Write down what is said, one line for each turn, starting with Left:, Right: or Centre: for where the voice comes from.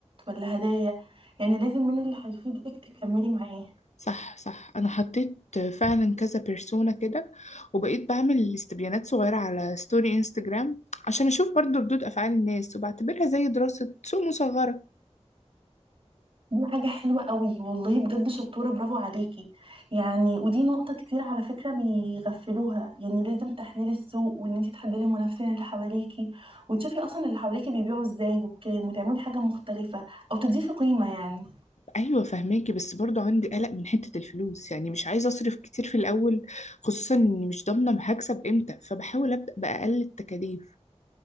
Right: ولا هدايا يعني لازم من اللي هيفيدك تكملي معاه
Left: صح صح انا حطيت فعلا كذا بيرسونا كده وبقيت بعمل استبيانات صغيره على ستوري انستجرام عشان اشوف برضو ردود افعال الناس وبعتبرها زي دراسه سوق مصغره
Right: دي حاجة حلوة قوي والله بجد شطورة برافو عليكي يعني ودي نقطة كتير على فكرة بيغفلوها يعني لازم تحليل السوق وان انتي تحللي المنافسين اللي حواليكي وتشوفي اصلا اللي حواليكي بيبيعوا ازاي وبكام وتعملي حاجة مختلفة او تضيفي قيمة يعني
Left: ايوه فهماكي بس برضو عندي قلق من حته الفلوس يعني مش عايزه اصرف كتير في الاول خصوصا اني مش ضامنه هكسب امتى فبحاول ابدا باقل التكاليف